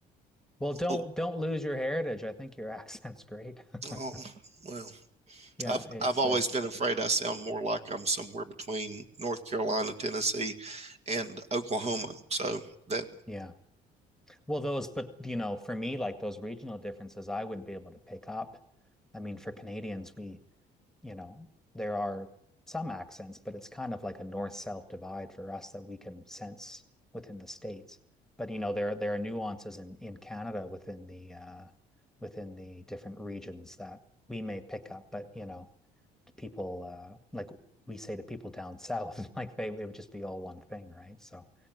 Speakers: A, in the centre; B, on the right.
A: Well, don't
B: oh,
A: don't lose your heritage. I think your accent's great.
B: oh,
A: <laughs>
B: well,
A: Yeah,
B: I've
A: it's
B: I've always
A: uh
B: been afraid I sound more like I'm somewhere between North Carolina, Tennessee, and Oklahoma. So that
A: yeah. Well, those but you know, for me like those regional differences I wouldn't be able to pick up. I mean, for Canadians, we, you know, there are some accents, but it's kind of like a north-south divide for us that we can sense within the states. But you know, there there are nuances in in Canada within the uh within the different regions that we may pick up, but you know, to people uh like we say to people down south <laughs> like they it would just be all one thing right so